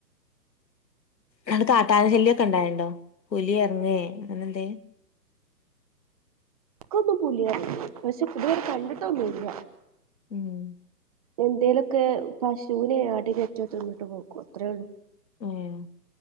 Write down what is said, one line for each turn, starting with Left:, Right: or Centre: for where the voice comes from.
Left: നട് കാട്ടാന ശല്യൊക്കെ ഇണ്ടായിണ്ടോ പുലി ഇറങ്ങേ അങ്ങനെ എന്തേ
Right: കൊന്നും പുലിഎറങ്ങി പഷേ ഇതുവരെ കണ്ടിട്ടൊന്നുല്ല
Left: മ്മ് ഹ്
Right: എന്തേലൊക്കെ പശുവിനെ ആട്ടിനെ റ്റേ തിന്നിട്ട് പോക്കുംഅത്രേഒള്ളൂ
Left: ഏഹ്